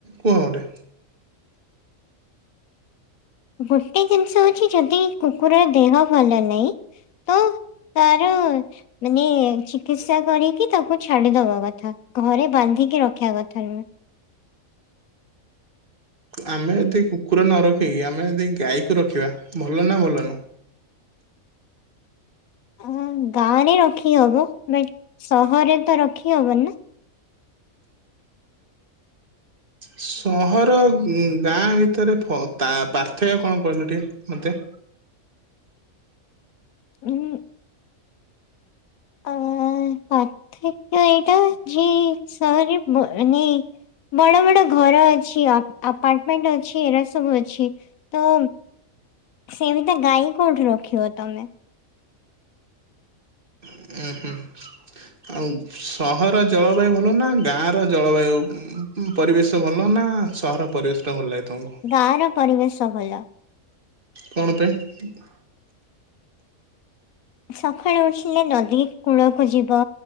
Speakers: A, on the right; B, on the left.
A: କୁହ ଗୋଟେ।
B: ଗୋଟେ ଜିନିଷ ହଉଚି ଯଦି କୁକୁରର ଦେହ ଭଲ ନାଇଁ ତ ତାର ମାନେ ଚିକିତ୍ସା କରିକି ତାକୁ ଛାଡିଦବା କଥା ଘରେ ବାନ୍ଧିକି ରଖିଆ କଥା ନୁଏଁ।
A: ଆମେ ଯଦି କୁକୁର ନ ରଖିକି ଆମେ ଯଦି ଗାଈକୁ ରଖିବା ଭଲ ନା ଭଲ ନୁଅଁ?
B: ଉଁ ଗାଁରେ ରଖି ହବ ବଟ୍ ସହରରେ ତ ରଖି ହବନି ନା।
A: ସହର ଆଉ ଉଁ ଗାଁ ଭିତରେ ଫ ପା ପାର୍ଥକ୍ୟ କଁ କହିଲ ଟିକେ ମତେ?
B: ଉଁ ଆଉ ପାର୍ଥକ୍ୟ ଏଇଟା ଯେ ସହରରେ ବ ଏ ମାଏଁ ବଡ ବଡ ଘର ଅଛି ଆପ୍ ଆପାର୍ଟମେଣ୍ଟ ଅଛି ଏରା ସବୁ ଅଛି। ତ ସେଇ ଭିତ ଗାଈଙ୍କି କୋଉଠି ରଖିବ ତମେ।
A: ଉଁ ହୁଁ। ଆଉ ସହର ଜଳବାୟୁ ଭଲ ନା ଗାଁର ଜଳବାୟୁ? ଉଁ କୁଁ ପରିବେଶ ଭଲ ନା ସହର ପରିବେଶଟା ଭଲ ଲାଗେ ତମୁକୁ?
B: ଗାଁର ପରିବେଶ ଭଲ।
A: କଣ ପାଇଁ।
B: ସକାଳୁ ଉଠିଲେ ନଦୀ କୂଳକୁ ଯିବ